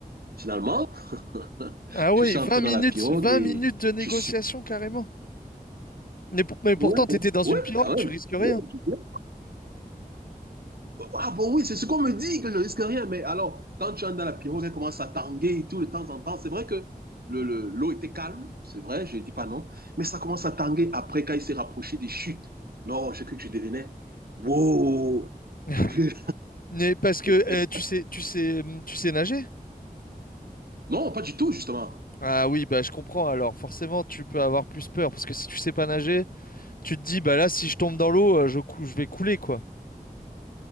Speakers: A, on the right; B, on the left.
A: Finalement, <laughs>
B: Ah
A: je
B: ouais,
A: suis
B: Vingt
A: entré
B: minutes,
A: dans la pirogue
B: vingt
A: et
B: minutes de négociation
A: je suis...
B: carrément. Mais, pour- mais pourtant,
A: Oui,
B: t'étais dans une
A: ouais,
B: pirogue,
A: quand
B: tu
A: même.
B: risques rien.
A: Ouais, ouais. Ah bon, oui, c'est ce qu'on me dit, que je risque rien. Mais alors, quand tu entres dans la pirogue, elle commence à tanguer tout de temps en temps. C'est vrai que l'eau le, l'eau était calme, c'est vrai, je ne dis pas non. Mais ça commence à tanguer après, quand il s'est rapproché des chutes. Non, j'ai cru que je devenais... Wow!
B: <laughs>
A: J'ai cru...
B: Mais parce que
A: <laughs>
B: euh, tu sais, tu sais, hum, tu sais nager?
A: Non, pas du tout, justement.
B: Ah oui, bah je comprends. Alors forcément, tu peux avoir plus peur parce que si tu sais pas nager, tu te dis bah là, si je tombe dans l'eau, euh, je cou- je vais couler quoi.